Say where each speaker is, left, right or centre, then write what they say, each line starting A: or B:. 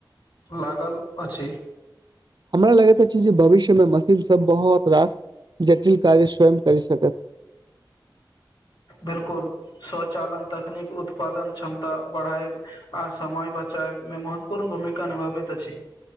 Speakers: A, on the left (about 65°); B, on the right (about 60°).
A: लागल अछि
B: हमरा लगैत अछी जे भविष्य मे मशीन सब बहुत रास जटिल कार्य स्वयं करी सकत
A: बिल्कुल स्वचालन तकनीक उत्पादन क्षमता बढ़ाएब आ समय बचाएब मे महत्वपूर्ण भूमिका निभाबैत अछि